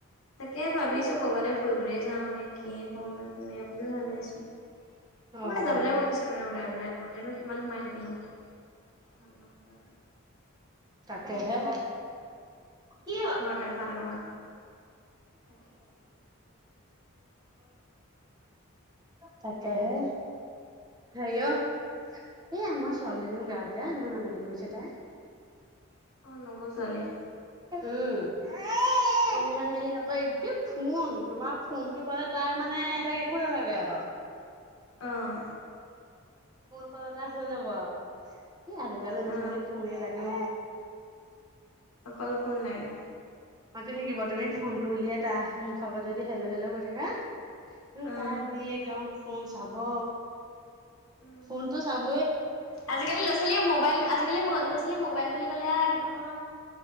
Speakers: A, on the left (about 80°); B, on the right (about 20°).
A: তাকে ভাবিছো কবালৈ ফু এইব যাওঁ নে কি কওঁ নে তেনেকে বুলি এ ভাবি আছো।
B: অ',
A: কবলৈ যাবলৈ মন গৈছে মানে ওলাই পেলাই ঘৰতেনো কিমান সোমাই থাকিম আৰু। ভাল লগ নাই।
B: তাকে হে।
A: কিবা
B: কি অ?
A: ঘৰতে ভাল লগা নাই তাকে
B: তাকে হে। হেৰিয়' এ, আমাৰ ছোৱালীজনীও গা বেয়া ইমান আমনি কৰিছে তাই।
A: অ, নবৌ ছোৱালী।
B: উম। ইমান
A: অ',
B: হেৰি নকয় এক কি ফোন তোমাৰ ফোন টো পালে তাই মানে তাই একো নালাগে আৰু। <unintelligible>
A: আহ।
B: ফোন পালে তাৰ হৈ যাব এই আজিকালি দুফালে
A: অ,
B: ফোনে লাগে।
A: অকল ফন লাগে।
B: মতি থাকিব তুমি ফোনটো উলিয়াই তাৰ মুখ আগত যদি হেলো হেলো গৈ থাকা। উম,
A: অ',
B: তাৰ দি একদম ফোন চাব।
A: অ'।
B: ফোনটো চাব
A: আজিকালি ল'ৰা-ছোৱালীয়ে মবাইল আজিকালি ল'ৰা ছোৱালী মবাইল বুলি ক'লে একদম